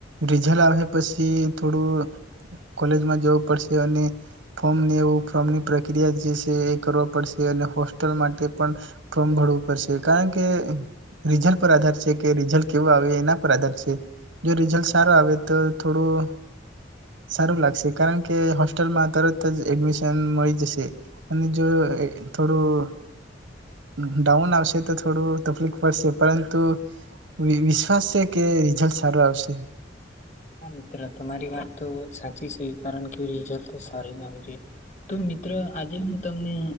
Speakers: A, on the right (about 80°); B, on the left (about 40°).
A: રિઝલ આવે પછી કે થોડું કોલેજમાં જવું પડશે અને ફોર્મ ને એવું ફોર્મની પ્રક્રિયા જે સે કરવો પડશે અને હોસ્ટેલ માટે પણ ફમ ભડવું કારણ કે રિઝલ પર આધાર છે કે રિઝલ કેવું આવે. એના પર આધાર છે. જો રિઝલ્ટ સારું આવે તો થોડું સારું લાગશે કારણ કે હોસ્ટેલમાં તરત તજ એડમિશન મળી જશે અને જો એ થોડું ડાઉન આવ શે તો થોડું તકલીફ પડશે પરંતુ <unintelligible> કે રિઝલ્ટ સારું આવશે
B: હા મિત્ર તમારી વાત તો સાચ ચી છે, કારણ કે રિઝલ્ટ તો સારું જ આવવું જોઈ. તો મિત્ર આજે હું તમને